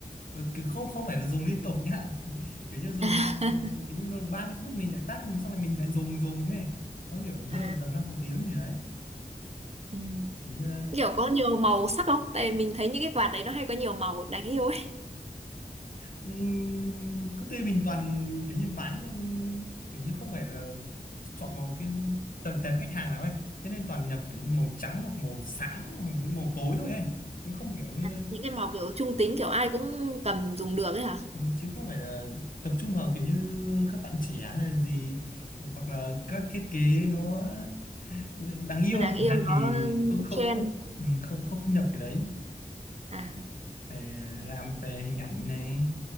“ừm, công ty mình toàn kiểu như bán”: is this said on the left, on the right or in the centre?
Left